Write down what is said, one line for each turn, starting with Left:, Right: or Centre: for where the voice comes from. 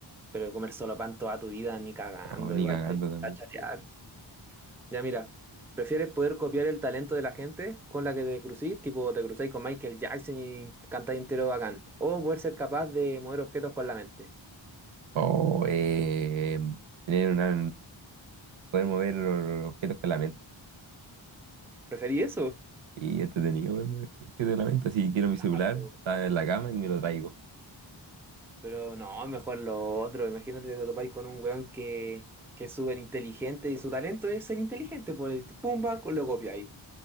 Centre: Pero comer solo pan toda tu vida, ni cagando,
Right: No, ni
Centre: igual
Right: cagando
Centre: te
Right: también.
Centre: va a chatear. Ya mira, ¿prefieres poder copiar el talento de la gente con la que te crucís, tipo te cruzáis con Michael Jackson y cantáis entero bacán? ¿O poder ser capaz de mover objetos con la mente?
Right: O eh, tener una, poder mover los objetos con la mente.
Centre: ¿Preferí eso?
Right: Y entretenido ver muñequitos la mente Si quiero mi celular,
Centre: Ah, pero,
Right: está en la cama y me lo traigo.
Centre: pero no, mejor lo otro. Imagínate que te topáis con un weón que, que es súper inteligente y su talento es ser inteligente, por el pumba, con lo copiáis.